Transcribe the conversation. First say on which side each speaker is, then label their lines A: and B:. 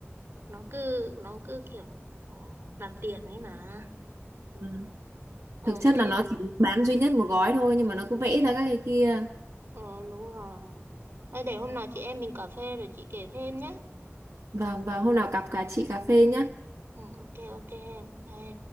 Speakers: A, on the right (about 60°); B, on the right (about 80°).
A: nó cứ nó cứ kiểu ừ, làm tiền ấy mà
B: à.
A: ờ
B: thực chất
A: thôi
B: là nó chỉ bán duy nhất một gói thôi nhưng mà nó cứ vẽ ra các cái kia
A: ờ, đúng rồi Thôi để hôm nào chị em mình cà phê rồi chị kể thêm nhé
B: và và hôm nào cặp cả chị cà phê nhá
A: ừ, ok ok em bye